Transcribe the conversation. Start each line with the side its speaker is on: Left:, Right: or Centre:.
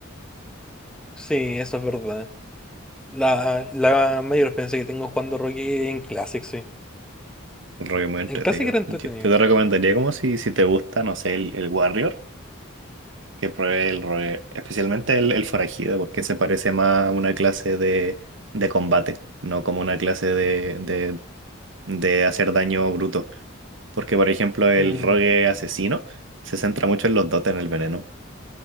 Centre: Sí, eso es verdad. La, la mayor experiencia que tengo jugando rogue en Classic, sí.
Right: El Rogue es muy entretenido.
Centre: En Classic era entretenido.
Right: Yo, yo te recomendaría como si, si te gusta, no sé, el, el Warrior. que pruebe el rogue, especialmente el, el forajido, porque se parece más a una clase de, de combate, no como una clase de, de, de hacer daño bruto. Porque, por ejemplo, el
Centre: Mm,
Right: rogue asesino se centra mucho en los dotes, en el veneno,